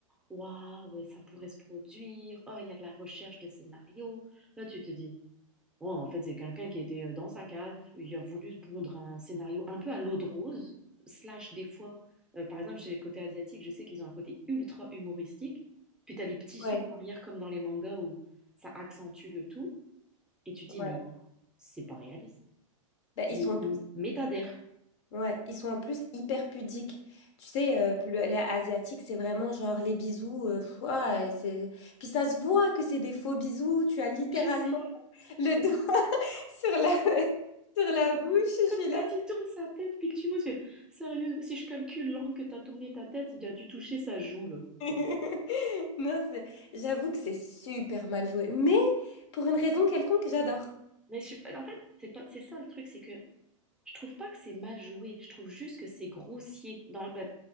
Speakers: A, in the centre; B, on the left (about 60°).
A: waouh, ça pourrait se produire, oh, il y a de la recherche de scénario. Là, tu te dis, oh, en fait, c'est quelqu'un qui était euh, dans sa cave, il a voulu pondre un scénario un peu à l'eau de rose, slash des fois, euh, par exemple, chez les côtés asiatiques, je sais qu'ils ont un côté ultra humoristique, puis t'as les petits sons
B: ouais,
A: en arrière, comme dans les mangas où ça accentue le tout, et tu dis,
B: ouais.
A: mais c'est pas réaliste.
B: Ben, ils
A: Mais,
B: sont, en plus-
A: mais t'adhères.
B: ouais, ils sont en plus hyper pudiques. Tu sais, euh, le- les Asiatiques, c'est vraiment genre les bisous. euh, pff, ouah, euh, c'est... Puis ça se voit que c'est des faux bisous. Tu as littéralement
A: Je sais,
B: le doigt <laughs> sur la, <laughs> sur la bouche. Je
A: quand,
B: suis là.
A: quand il tourne sa tête, puis que tu vois, tu fais, sérieux, si je calcule l'angle que tu as tourné ta tête, il a dû toucher sa joue, là.
B: <laughs> Non, c'est- j'avoue que c'est super mal joué. Mais pour une raison quelconque, j'adore.
A: Mais je suis pas- en fait, c'est pas, c'est ça le truc, c'est que je trouve pas que c'est mal joué, je trouve juste que c'est grossier, dans, le- euh,